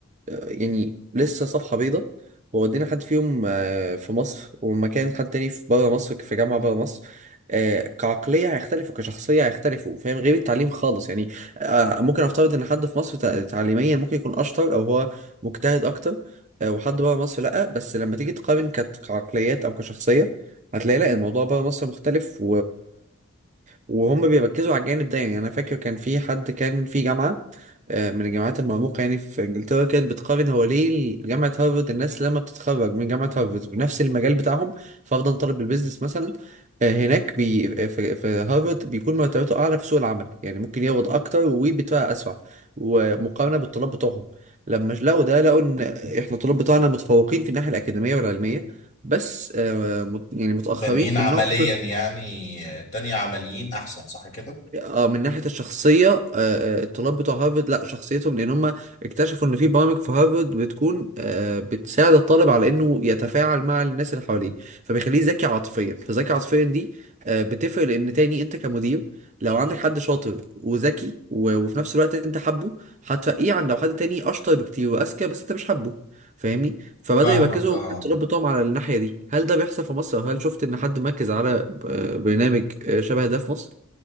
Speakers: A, on the right; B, on the left.
A: يعني لسه صفحة بيضة وودينا حد فيهم آه، في مصر ومكان حد تاني في بره مصر في جامعة بره مصر آه، كعقلية هيختلفوا كشخصية هيختلفوا فاهم غير التعليم خالص يعني آه، ممكن أفترض إن حد في مصر تع- تعليميا ممكن يكون أشطر أو هو مجتهد أكتر آه، وحد بره مصر لأ بس لما تيجي تقارن كت- كعقليات أو كشخصية هتلاقي لأ الموضوع بره مصر مختلف وهم بيركزوا على الجانب ده يعني انا فاكر كان في حد كان في جامعه آه، من الجامعات المرموقه يعني في انجلترا كانت بتقارن هو ليه جامعه هارفارد الناس لما بتتخرج من جامعه هارفارد بنفس المجال بتاعهم فرضا طالب البيزنس مثلا آه، هناك بي آه، في في هارفارد بيكون مرتباته اعلى في سوق العمل يعني ممكن يقبض اكتر وبيترقى اسرع ومقارنه بالطلاب بتوعهم لما لقوا ده لقوا ان احنا الطلاب بتوعنا متفوقين في الناحيه الاكاديميه والعلميه بس آه، مت- يعني متاخرين
B: تانيين
A: في
B: عمليا
A: النقطه
B: يعني آه، تانية عمليين احسن صح كده
A: اه من ناحية الشخصية آه، آه، الطلاب بتوع هارفرد لا شخصيتهم لأن هم اكتشفوا إن في برامج في هارفرد بتكون آه، بتساعد الطالب على إنه يتفاعل مع الناس اللي حواليه فبيخليه ذكي عاطفيا فذكي عاطفيا دي آه، بتفرق لأن تاني أنت كمدير لو عندك حد شاطر وذكي و- وفي نفس الوقت أنت حابه هتفقيه عن لو حد تاني أشطر بكتير وأذكى بس أنت مش حابه فاهمني فبدأوا
B: فاهمك
A: يركزوا
B: اه
A: الطلاب بتوعهم على الناحية دي هل ده بيحصل في مصر أو هل شفت إن حد مركز على آه، برنامج آه، شبه ده في مصر؟